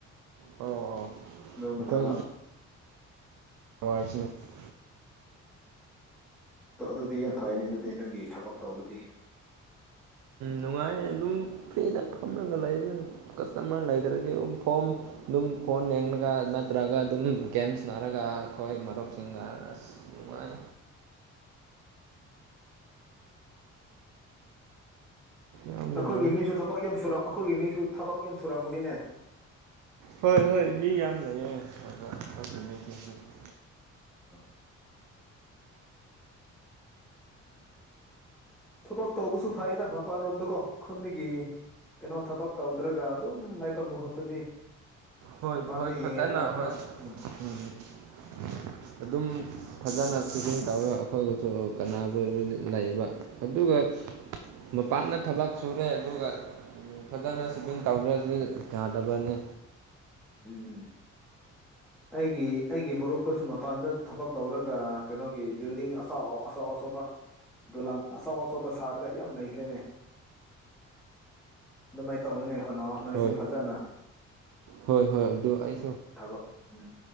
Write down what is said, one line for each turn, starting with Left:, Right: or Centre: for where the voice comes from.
Right: ꯑꯣ ꯑꯣ
Centre: ꯑꯗꯨꯒꯨꯝꯕ
Right: ꯑꯩꯈꯣꯏꯒꯤꯗꯤ
Centre: ꯊꯕꯛ
Right: <unintelligible>
Centre: ꯑꯗꯣ ꯑꯗꯨꯗꯤ ꯌꯥꯝ ꯐꯩꯌꯦꯅꯦ ꯑꯗꯨꯗꯤ ꯅꯪꯒꯤ ꯊꯕꯛ ꯇꯧꯕꯗꯤ
Right: ꯅꯨꯡꯉꯥꯏ ꯑꯗꯨꯝ ꯐ꯭ꯔꯤꯗ ꯐꯝꯔꯒ ꯂꯩꯕꯅꯦ ꯀꯁꯇꯃꯔ ꯂꯩꯗ꯭ꯔꯗꯤ ꯑꯗꯨꯝ ꯐꯣꯝ ꯑꯗꯨꯝ ꯐꯣꯟ ꯌꯦꯡꯉꯒ ꯅꯠꯇ꯭ꯔꯒ ꯑꯗꯨꯝ ꯒꯦꯝ ꯁꯥꯅꯥꯔꯒ ꯑꯩꯈꯣꯏ ꯃꯔꯨꯞꯁꯤꯡꯒ ꯑꯁ ꯅꯨꯡꯉꯥꯏ ꯌꯥꯝ
Centre: ꯑꯩꯈꯣꯏꯒꯤ
Right: ꯅꯨꯡꯉꯥꯏ
Centre: ꯃꯤꯁꯨ ꯊꯕꯛ ꯌꯥꯝ ꯁꯨꯔ ꯑꯩꯈꯣꯏꯒꯤ ꯃꯤꯁꯨ ꯊꯕꯛ ꯌꯥꯝ ꯁꯨꯔꯝꯒꯅꯤꯅꯦ
Right: ꯍꯣꯏ ꯍꯣꯏ ꯃꯤ ꯌꯥꯝ ꯂꯩꯌꯦ <unintelligible>
Centre: <unintelligible> ꯊꯕꯛ ꯇꯧꯕꯁꯨ ꯐꯩꯗ ꯃꯄꯥꯟꯂꯣꯝꯗꯀꯣ ꯈꯨꯟꯗꯒꯤ ꯀꯩꯅꯣ ꯊꯕꯛ ꯇꯧꯗ꯭ꯔꯒ ꯑꯗꯨꯝ ꯂꯩꯕ ꯃꯍꯨꯠꯇꯗꯤ
Right: ꯍꯣꯏ
Centre: ꯃꯄꯥꯟꯗ
Right: ꯍꯣꯏ ꯐꯖꯅ
Centre: ꯌꯦꯡꯉꯒ
Right: ꯍꯣꯏ
Centre: ꯈꯔ ꯎꯝ
Right: ꯎꯝ
Centre: <inaudible>
Right: ꯑꯗꯨꯝ ꯐꯖꯅ ꯡ ꯁꯤꯚꯤꯡ ꯇꯧꯔꯒ ꯑꯩꯈꯣꯏꯁꯨ ꯀꯥꯟꯅꯕ ꯂꯩꯕ ꯑꯗꯨꯒ
Centre: ꯎꯝ
Right: ꯃꯄꯥꯟꯅ ꯊꯕꯛ ꯁꯨꯔꯦ ꯑꯗꯨꯒ ꯐꯖꯅ ꯁꯤꯚꯤꯡ ꯇꯧꯗ꯭ꯔꯗꯤ ꯌꯥꯗꯕꯅꯦ
Centre: ꯎꯝ ꯑꯩꯒꯤ ꯑꯩꯒꯤ ꯃꯔꯨꯞꯈꯣꯏꯁꯨ ꯃꯄꯥꯟꯗ ꯊꯕꯛ ꯇꯧꯔꯒ ꯀꯩꯅꯣꯒꯤ ꯕꯤꯜꯗꯤꯡ ꯑꯆꯥꯎ ꯑꯆꯥꯎ ꯑꯆꯧꯕ ꯗꯣꯂꯥꯟ ꯑꯆꯧ ꯑꯆꯧꯕ ꯁꯥꯔꯒ ꯌꯥꯝ ꯂꯩꯈ꯭ꯔꯦꯅꯦ ꯑꯗꯨꯃꯥꯏ ꯇꯧꯅꯤꯡꯉꯥꯏ ꯍꯣꯠꯅꯧꯑꯣ ꯅꯣꯏꯁꯨ
Right: ꯍꯣꯏ
Centre: ꯐꯖꯅ
Right: ꯍꯣꯏ ꯍꯣꯏ ꯑꯗꯨ ꯑꯩ
Centre: ꯊꯕꯛ ꯎꯝ